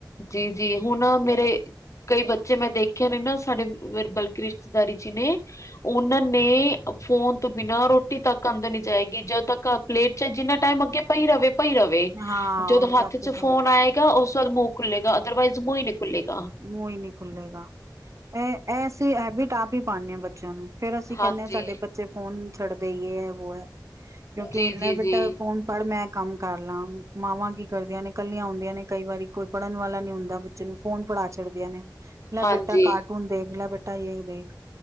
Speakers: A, on the left; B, on the right.
A: ਜੀ- ਜੀ ਹੁਣ ਔ ਮੇਰੇ ਕਈ। ਬੱਚੇ ਮੈਂ ਦੇਖਿਆ ਨੇ ਨਾ ਸਾਡੇ ਕਲਕਿ ਰਿਸ਼ਤੇਦਾਰੀ ਚ ਈ ਨੇ। ਉਹਨਾਂ ਨੇ ਫੋਨ ਤੋਂ ਬਿਨਾਂ ਰੋਟੀ ਤੱਕ ਅੱਦਰ ਨਹੀ ਜਾਏਗੀ, ਜਦੋਂ ਤੱਕ ਪਲੇਟ ਚ ਜਿੰਨਾ ਟਾਈਮ ਅੱਗੇ ਪਈ ਰਵੇ- ਪਈ ਰਵੇ,
B: ਹਾਂ
A: ਜਦੋਂ
B: ਜਾ
A: ਹੱਥ
B: ਕੇ
A: ਚ ਫੋਨ ਆਏ ਤੋ ਉਸ ਬਾਦ ਮੂੰਹ ਖੁੱਲੇਗਾ ਅਦਰਵਾਈਜ਼ ਮੂੰਹ ਹੀ ਨਹੀਂ ਖੁੱਲੇਗਾ।
B: ਮੂੰਹ ਹੀ ਨਹੀਂ ਖੁੱਲੇਗਾ, ਇਹ ਇਹਸੀਂ ਹੈਬੀਟ ਆਪ ਹੀ ਪਾਣੇ ਆ ਬੱਚਿਆਂ ਨੂੰ। ਫੇਰ ਅਸੀਂ
A: ਹਾਂਜੀ
B: ਕਹਿੰਦੇ ਹਾਂ ਸਾਡੇ ਬੱਚੇ ਫੋਨ ਨੀ ਛੱਡਦੇ ਜੇ ਹੈ- ਵੋ ਹੈ ਕਿਉਂਕਿ
A: ਜੀ
B: ਲੇਬੇਟ
A: ਜੀ ਜੀ
B: ਫੋਨ। ਪਰ ਮੈਂ ਕੰਮ ਕਰ ਲਾਂ ਮਾਵਾਂ ਕੀ ਕਰਦੀਆਂ ਨੇ ਕੱਲੀਆਂ ਹੁੰਦੀਆਂ ਨੇ ਕਈ ਵਾਰੀ ਕੋਈ ਫੜਨ ਵਾਲਾ ਨੀ ਹੁੰਦਾ ਬੱਚੇ ਨੂੰ, ਫੋਨ। ਪੜਾ ਚੜਦੀਆਂ ਨੇ ਲੈ
A: ਹਾਂਜੀ
B: ਬੇਟਾ ਕਾਰਟੂਨ ਦੇਖ ਲੈ ਬੇਟਾ ਯੇ ਦੇਖ।